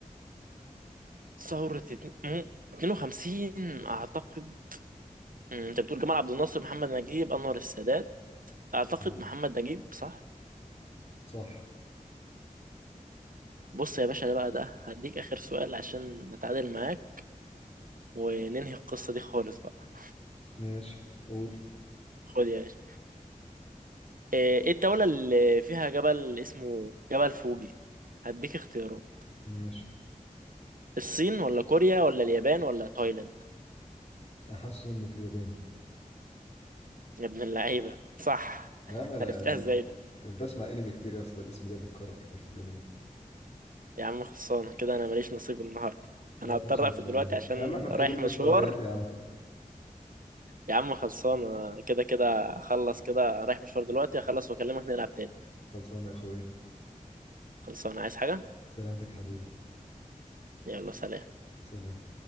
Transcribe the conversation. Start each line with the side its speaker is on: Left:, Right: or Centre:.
Right: ثورة اتن- مم. 52 اعتقد مم. انت بتقول جمال عبد الناصر محمد نجيب انور السادات اعتقد
Left: تمام.
Right: محمد نجيب صح
Left: صح
Right: بص يا باشا ده بقى ده هديك اخر سؤال عشان نتعادل معاك وننهي القصة دي خالص بقى
Left: ماشي قول
Right: خد يا باشا ايه إيه الدولة اللي فيها جبل اسمه جبل فوجي هديك اختيارات
Left: ماشي
Right: الصين ولا كوريا ولا اليابان ولا تايلاند
Left: أحس إنه في اليابان
Right: يا ابن اللعيبة صح <laughs>
Left: لا ما
Right: عرفتها
Left: أنا
Right: ازاي
Left: بسمع أنمي كتير يا اسطى الاسم ده بيتكرر كتير في الأنمي
Right: يا عم خلصانة كده أنا ماليش نصيب النهاردة
Left: لا
Right: أنا
Left: يا
Right: هضطر
Left: باشا أنت
Right: أقفل دلوقتي عشان
Left: يا عم إحنا محتاجين
Right: رايح
Left: مستويات
Right: مشوار
Left: يا عم
Right: يا عم خلصانة كده كده أخلص كده رايح مشوار دلوقتي أخلص وأكلمك نلعب تاني
Left: خلصانة يا أخويا
Right: خلصانة عايز حاجة؟
Left: سلامتك يا حبيبي
Right: يلا سلام
Left: سلام